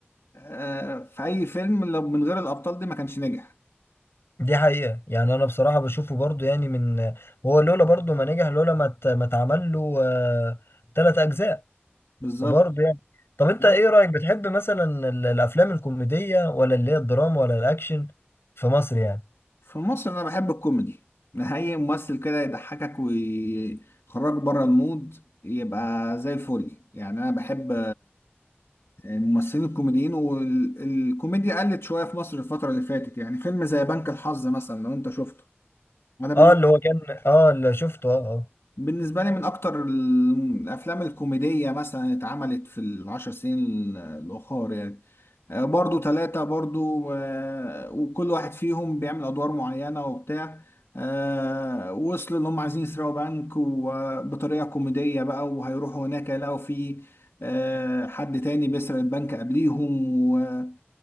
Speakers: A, on the left; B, on the left.
A: آه، في أي فيلم لو من غير الأبطال دي ما كانش نجح
B: دي حقيقه يعني انا بصراحه بشوفه برضو يعني من هو لولا برضو ما نجح لولا ما ات- ما اتعمل له آه، تلات اجزاء
A: بالظبط
B: برضو يعني طب انت
A: آه.
B: ايه رايك بتحب مثلا ال- الافلام الكوميديه ولا اللي هي الدراما ولا الاكشن في مصر يعني
A: في مصر أنا بحب الكوميدي أي ممثل كده يضحكك ويخرجك بره المود يبقى زي الفل يعني أنا بحب ممثلين الكوميديين والكوميديا قلت شوية في مصر الفترة اللي فاتت يعني فيلم زي بنك الحظ مثلا لو انت شفته انا بن-
B: اه اللي هو كان اه اللي شفته اه اه
A: بالنسبة لي من اكتر ال- الافلام الكوميدية مثلا اتعملت في العشر سنين ال- الاخر يعني آه، برضو ثلاثة برضو آه، وكل واحد فيهم بيعمل ادوار معينة وبتاع آه، وصلوا ان هم عايزين يسرقوا بنك وبطريقة كوميدية بقى وهيروحوا هناك يلاقوا فيه آه، حد تاني بيسرق البنك قبليهم